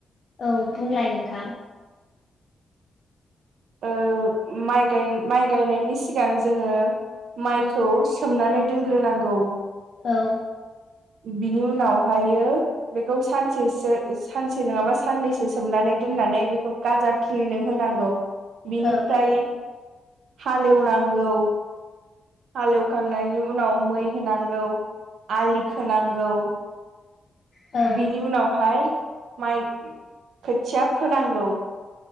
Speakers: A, on the left; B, on the right.
A: औ बुंलाय नोंथां
B: ओ माइ माइ गायनायनि सिगां जोङो माइखौ सोमनानै दोनग्रोनांगौ
A: औ
B: बिनि उनावहायो बेखौ सानसेसो सानसे नङाबा साननैसो सोमनानै दोननानै बेखौ गाजा खिलिनो होनांगौ बिनिफ्राय
A: औ औ
B: हाल एवनांगौ हाल एवखांनायनि उनाव मै होनांगौ आलि खोनांगौ
A: औ
B: बिनि उनावहाय माइ खोथिया फोनांगौ